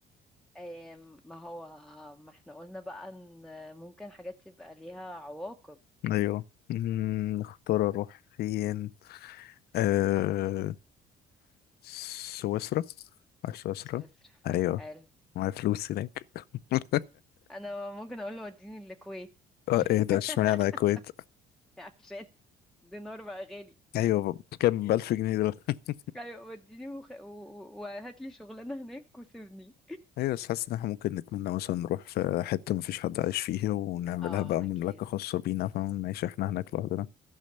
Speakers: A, in the centre; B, on the left.
A: آم، ما هو ما احنا قلنا بقى ان ممكن حاجات تبقى ليها عواقب
B: ايوه مم، اختار اروح فين آه... سويسرا على سويسرا
A: سويسرا
B: ايوه
A: حلو
B: معايا فلوس هناك <laughs>
A: انا ممكن اقول له وديني الكويت
B: اه ايه ده
A: <laughs>
B: اشمعنى الكويت
A: عشان دينار بقى غالي
B: ايوه كام <laughs> ب 1000 جنيه دول <laughs>
A: ايوه وديني وخ... و... و- وهات لي شغلانه هناك وسيبني
B: ايوه بس حاسس ان احنا ممكن نتمنى مثلا نروح في حته مفيش حد عايش فيها ونعملها
A: اه
B: بقى مملكه
A: اكيد
B: خاصه بينا فاهم نعيش احنا هناك لوحدنا